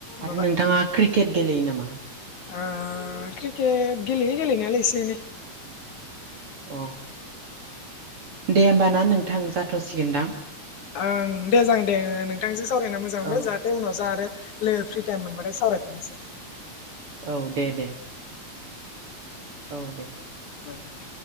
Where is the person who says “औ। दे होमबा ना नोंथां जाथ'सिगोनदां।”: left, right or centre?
Right